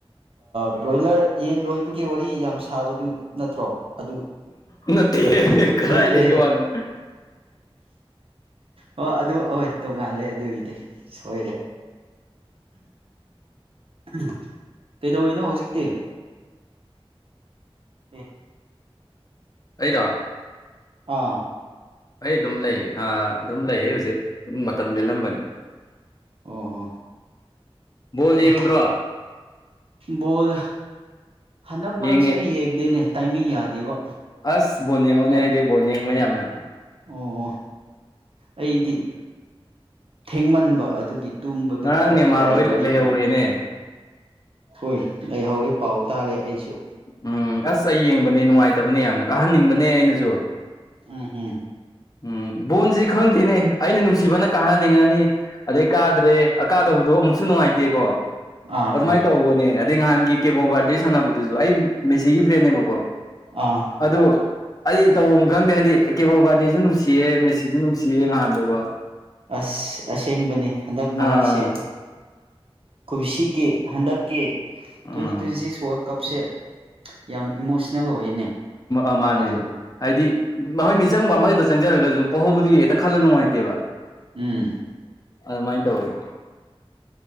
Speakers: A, on the right; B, on the left.
A: ꯕ꯭ꯔꯣꯏꯂꯔ ꯌꯦꯟ ꯂꯣꯏꯕꯒꯤ ꯋꯥꯔꯤ ꯌꯥꯝ ꯁꯥꯕꯗꯨ ꯅꯠꯇ꯭ꯔꯣ ꯑꯗꯨ
B: ꯎ ꯅꯠꯇꯦ ꯀꯗꯥꯥꯏꯗꯒꯦ
A: ꯅꯠꯇꯦꯍꯦ
B: ꯋꯥꯗ
A: ꯑꯣ ꯑꯗꯨ ꯑꯣꯏ ꯇꯣꯡꯉꯥꯜꯂꯦ ꯑꯗꯨꯒꯤꯗꯤ ꯁꯣꯏꯔꯦ ꯎꯝ ꯀꯩꯗꯧꯔꯤꯅꯣ ꯍꯧꯖꯤꯛꯇꯤ ꯎ
B: ꯑꯩꯔ
A: ꯑꯥ
B: ꯑꯩ ꯑꯗꯨꯝ ꯂꯩ ꯑꯗꯨꯝ ꯂꯩ ꯍꯧꯖꯤꯛ ꯑꯗꯨꯝ ꯃꯇꯝ ꯂꯦꯜꯂꯝꯕꯅꯤ
A: ꯑꯣ ꯍꯣ
B: ꯕꯣꯜ
A: ꯑꯦ
B: ꯌꯦꯡꯉꯨꯗ꯭ꯔꯣ
A: ꯕꯣꯜ ꯍꯟꯗꯛ ꯃꯔꯛꯁꯦ
B: ꯌꯦꯡꯉꯦ
A: ꯑꯩ ꯌꯦꯡꯗꯦꯅꯦ ꯇꯥꯏꯃꯤꯡ ꯌꯥꯗꯦꯕ
B: ꯑꯁ ꯕꯣꯟ ꯌꯦꯡꯉꯣꯅꯦ
A: ꯌꯥꯝ
B: ꯑꯩꯗꯤ ꯕꯣꯟ ꯌꯦꯡꯕ ꯌꯥꯝꯅꯌꯥꯝꯅ
A: ꯑꯣ ꯑꯩꯗꯤ ꯊꯦꯡꯃꯟꯕ ꯑꯗꯨꯒꯤ ꯇꯨꯝꯕꯗꯨ
B: ꯉꯔꯥꯡ
A: ꯐꯔꯛ
B: ꯅꯦꯃꯥꯔ
A: ꯇꯥꯏꯌꯦꯕ
B: ꯍꯣꯏ
A: ꯑꯩꯒꯤꯗꯤ
B: ꯂꯩꯍꯧꯔꯦꯅꯦ
A: ꯍꯣꯏ ꯑꯩ ꯍꯧꯔꯦ ꯄꯥꯎ ꯇꯥꯔꯦ ꯑꯩꯁꯨ
B: ꯎꯝ ꯑꯁ ꯑꯩ ꯌꯦꯡꯕꯅꯦ ꯅꯨꯡꯉꯥꯏꯇꯕꯅꯦ ꯌꯥꯝꯅ ꯀꯥꯍꯟꯅꯤꯡꯕꯅꯦ ꯑꯩꯅꯁꯨ
A: ꯎꯝꯍꯝ
B: ꯎꯝ ꯕꯣꯟꯁ ꯈꯪꯗꯦꯅꯦ ꯑꯩꯅ ꯅꯨꯡꯁꯤꯕꯅ ꯀꯥꯍꯟꯅꯤꯡꯉꯅꯤ ꯑꯗꯩ ꯀꯥꯗ꯭ꯔꯦ ꯀꯥꯗꯕꯗꯣ ꯑꯃꯨꯛꯁꯨ ꯅꯨꯡꯉꯥꯏꯇꯦꯀꯣ
A: ꯑꯥ
B: ꯑꯗꯨꯃꯥꯏꯅ
A: ꯑꯥ
B: ꯇꯧꯕꯅꯦ ꯑꯗꯩ ꯅꯍꯥꯟꯒꯤ ꯀꯦꯕꯣ ꯕꯥꯔꯗꯦ ꯁꯥꯟꯅꯕꯗꯣ ꯑꯗꯨꯁꯨ ꯑꯩ ꯃꯦꯁꯤꯒꯤ ꯐ꯭ꯔꯦꯟꯅꯦꯕꯀꯣ
A: ꯑꯥ
B: ꯑꯗꯨ ꯑꯩ ꯇꯧꯐꯝ ꯈꯪꯗꯦ ꯍꯥꯏꯗꯤ ꯀꯦꯕꯣꯕꯥꯗꯤꯁꯨ ꯅꯨꯡꯁꯤꯌꯦ ꯃꯦꯁꯤꯁꯨ ꯅꯨꯡꯁꯤꯌꯦ ꯉꯍꯥꯟꯗꯨꯒꯣ
A: ꯑꯁ ꯑꯁꯦꯡꯕꯅꯤ ꯍꯟꯗꯛ
B: ꯑꯥ
A: ꯃꯔꯛꯁꯦ ꯀꯨꯝꯁꯤꯒꯤ ꯍꯟꯗꯛꯀꯤ
B: ꯎꯝ
A: ꯇ꯭ꯋꯦꯟꯇꯤ ꯇ꯭ꯋꯦꯟꯇꯤ ꯁꯤꯛꯁ ꯋ ꯀꯞꯁꯦ ꯌꯥꯝ ꯏꯃꯣꯁꯅꯦꯜ ꯑꯣꯏꯌꯦꯅꯦ
B: ꯑ ꯃꯥꯅꯦ
A: ꯑꯗꯨꯝ
B: ꯍꯥꯏꯗꯤ ꯃꯈꯣꯏ ꯃꯤꯆꯪꯕ ꯑꯃꯈꯛꯇ ꯆꯪꯖꯔꯒꯁꯨ ꯄꯍꯧꯕꯗꯨ ꯍꯦꯛꯇ ꯈꯜꯂ ꯅꯨꯡꯉꯥꯏꯇꯦꯕ
A: ꯎꯝ
B: ꯑꯗꯨꯃꯥꯏꯅ ꯇꯧꯧꯕꯅꯤ